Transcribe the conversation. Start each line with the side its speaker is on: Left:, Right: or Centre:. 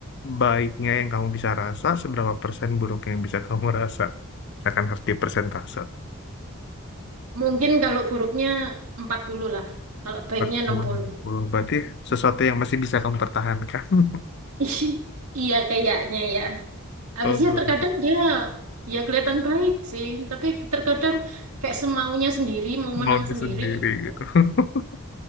Left: baiknya yang kamu bisa rasa seberapa persen buruknya yang bisa kamu rasa akan harus dipersentase
Right: Mungkin kalau buruknya 40 lah. Kalau baiknya
Left: Betul,
Right: enam puluh.
Left: betul. Berarti sesuatu yang masih bisa kamu pertahankan. <laughs>
Right: <laughs> Iya kayaknya ya. Habisnya
Left: Oh,
Right: terkadang
Left: gitu.
Right: dia ya kelihatan baik sih. Tapi terkadang kayak semaunya sendiri, mau menang
Left: Maunya
Right: sendiri
Left: sendiri
Right: gitu.
Left: gitu. <laughs>